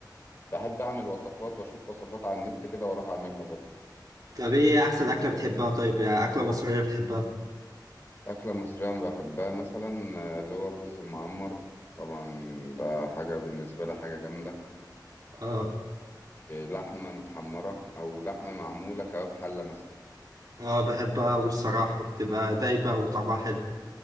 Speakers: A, on the left (about 30°); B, on the right (about 55°).
A: بحب اعمل وصفات واشوف وصفات على النت كده واروح اعملها برضه
B: طب ايه احسن اكله بتحبها طيب يعني اكله مصريه بتحبها
A: اكله مصريه أنا بحبها مثلا آه، اللي هو الرز المعمر طبعا ده حاجه بالنسبه لي حاجه جامده
B: اه
A: ولحمه متحمره او لحمه معموله كباب حله مثلا
B: اه بحبها والصراحه بتبقى دايبه وطعمها حلو